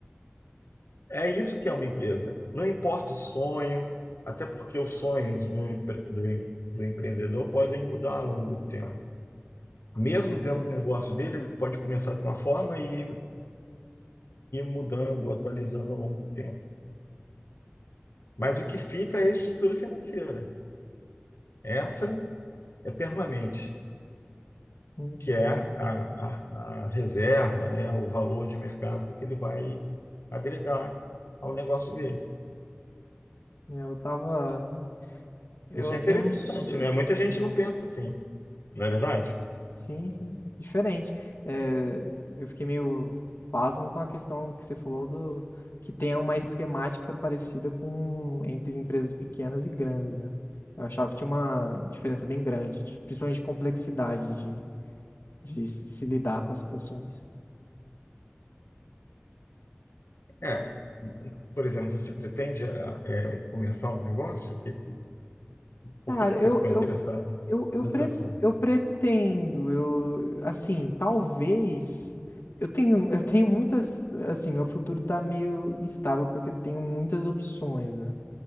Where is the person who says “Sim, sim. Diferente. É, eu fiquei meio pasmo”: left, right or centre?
Left